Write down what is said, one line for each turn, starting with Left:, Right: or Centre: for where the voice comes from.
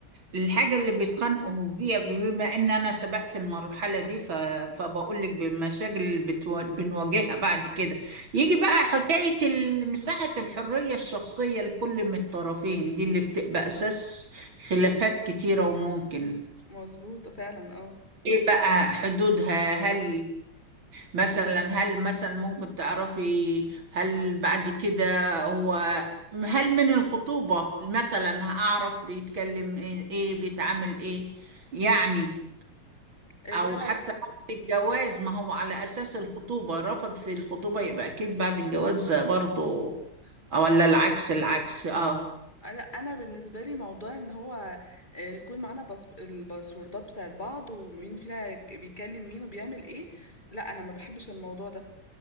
Right: الحاجة اللي بيتخانقوا بيها بما ان انا سبقت المرحلة دي ف... فبقول لك بالمشاكل اللي بتو... بنواجهها بعد كده يجي
Left: ت-
Right: بقى حكاية ال- مساحة الحرية الشخصية لكل من الطرفين دي اللي بتبقى اساس خلافات كتيرة وممكن
Left: مظبوط فعلا اه
Right: ايه بقى حدودها هل مثلا هل مثلا ممكن تعرفي هل بعد كده هو هل من الخطوبة مثلا هعرف بيتكلم ايه إيه، بيتعامل ايه يعني
Left: آه،
Right: او
Left: لا لا
Right: حتى
Left: لا
Right: بعد الجواز ما هو على اساس الخطوبة رفض في الخطوبة يبقى اكيد بعد الجواز برضو أو ولا العكس العكس اه
Left: انا انا بالنسبه لي موضوع ان هو آه، يكون معانا باسب- الباسوردات بتاعت بعض ومين فينا بيكلم مين وبيعمل ايه لا انا ما بحبش الموضوع ده